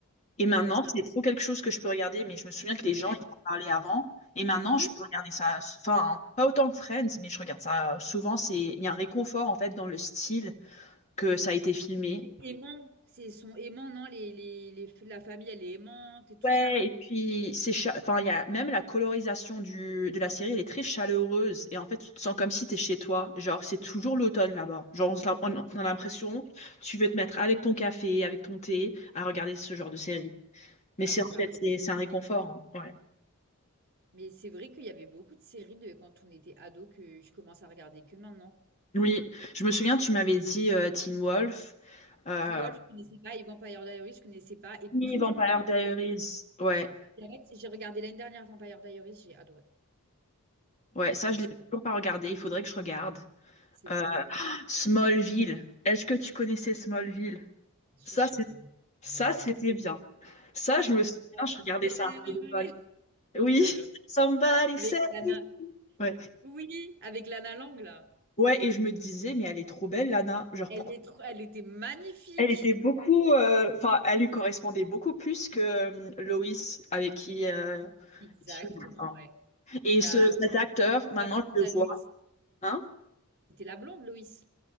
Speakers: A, on the left (about 30°); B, on the right (about 45°).
A: Et maintenant,
B: C'est trop bien,
A: c'est trop quelque chose que je peux regarder, mais je me souviens que les
B: c'est
A: gens,
B: vrai.
A: ils en parlaient avant. Et maintenant,
B: Oui,
A: je peux regarder ça, enfin, pas autant que Friends, mais je regarde ça souvent. C'est, il y a un réconfort, en fait, dans le style. que ça a été filmé.
B: c'est aimant. C'est son aimant, non? Les, les, les- la famille, elle est aimante et tout
A: Ouais,
B: ça, non?
A: et puis c'est cha- enfin il y a même la colorisation du de la série, elle est très chaleureuse et en fait tu te sens comme si t'es chez toi, genre c'est toujours l'automne là-bas. Genre on, se l'a- on a on a l'impression tu veux te mettre avec ton café, avec ton thé à regarder ce genre de série. Mais
B: Ah,
A: c'est
B: c'est
A: en
B: pas
A: fait
B: mal.
A: c'est c'est un réconfort. hein. Ouais.
B: Mais c'est vrai qu'il y avait beaucoup de séries de quand on était ado que je commence à regarder que maintenant.
A: Oui, je me souviens tu m'avais dit euh, Teen Wolf, euh,
B: Teen Wolf, je connaissais pas. Et Vampire Diaries, je connaissais pas. Et
A: oui,
B: tout
A: Vampire
B: le monde en
A: Diaries.
B: parle.
A: Ouais,
B: Arrête, J'ai regardé l'année dernière Vampire Diaries, j'ai adoré.
A: ouais, ça
B: Mais
A: je
B: Gilmore
A: l'ai toujours pas regardé, il faudrait que je regarde.
B: c'est
A: Euh,
B: trop bien.
A: Smallville. Est-ce que tu connaissais Smallville?
B: Bien
A: Ça,
B: sûr que je
A: c'est-
B: connais
A: ça,
B: Molly.
A: c'était bien. Ça,
B: <laughs>
A: je me souviens, je regardais ça après l'école. Oui,
B: J'adore.
A: <laughs> somebody
B: Avec
A: said.
B: Lana.
A: Ouais.
B: Oui, avec Lana Lang, là.
A: Ouais, et je me disais, mais elle est trop belle, Lana. Genre,
B: Elle
A: pourquoi?
B: est trop... elle était magnifique.
A: Elle était beaucoup, euh, enfin, elle lui correspondait beaucoup plus que euh, Loïs, avec qui euh,
B: Exactement,
A: il filme, hein.
B: ouais.
A: Et
B: La,
A: ce, cet
B: ouais,
A: acteur, maintenant,
B: la blonde,
A: je
B: la
A: le vois.
B: Loïs.
A: Hein?
B: C'était la blonde, Loïs.